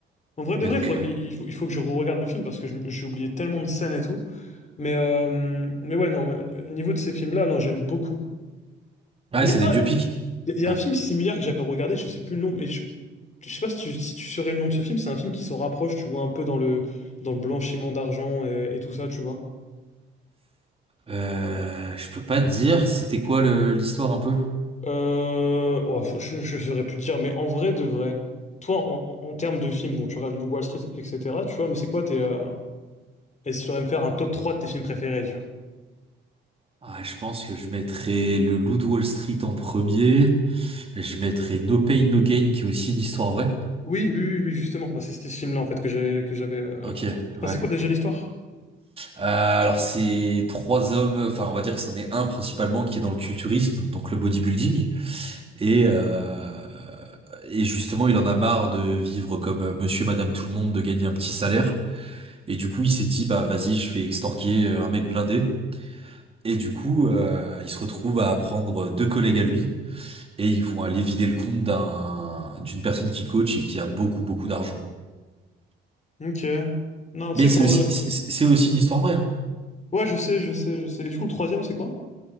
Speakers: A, on the left (about 35°); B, on the right (about 30°).
A: En vrai de
B: Et
A: vrai,
B: donc,
A: faudrait-
B: euh,
A: il faut, il faut que je re-regarde le film parce que je- j'ai oublié tellement de scènes et tout. Mais, euh, mais ouais, non, mais, euh, niveau de ces films-là, non, j'aime beaucoup.
B: ouais,
A: Il
B: c'est
A: y a pas,
B: des biopics.
A: Il y
B: Ouais.
A: a un film similaire que j'avais regardé, je sais plus le nom, mais je, je sais pas si tu, si tu saurais le nom de ce film, c'est un film qui s'en rapproche, tu vois, un peu dans le, dans le blanchiment d'argent et, et tout ça, tu vois.
B: Euh, je peux pas te dire, c'était quoi le- l'histoire un peu?
A: Euh, oh, faut- je, je saurais plus te dire, mais en vrai de vrai, toi, en, en- en termes de films, bon, tu regardes Wall Street, etc., tu vois, mais c'est quoi tes... euh, est-ce que tu saurais me faire un top 3 de tes films préférés, tu vois?
B: Ah, je pense que je mettrais le Loup de Wall Street en premier. Je mettrais No Pain No Gain, qui est aussi une histoire vraie.
A: Oui, oui, oui, oui, justement, bah, c'est- c'était ce film-là, en fait, que j'ai, que j'avais... euh,
B: Ok,
A: Putain,
B: ouais.
A: c'est quoi déjà l'histoire?
B: Euh, alors c'est trois hommes, enfin on va dire que c'en est un principalement qui est dans le culturisme, donc le bodybuilding, et euh, et justement il en a marre de vivre comme euh, monsieur, madame tout le monde, de gagner un petit salaire, et du coup il s'est dit bah vas-y je vais extorquer euh, un mec blindé, et du coup euh, il se retrouve à prendre deux collègues à lui, et ils vont aller vider le compte d'un d'une personne qui coach et qui a beaucoup beaucoup d'argent.
A: Ok. Non, tu
B: Mais
A: sais
B: c'est
A: qu'en
B: aussi
A: vrai... euh,
B: c'est c'est aussi une histoire vraie. hein.
A: Ouais, je sais, je sais, je sais. Et du coup, le troisième, c'est quoi?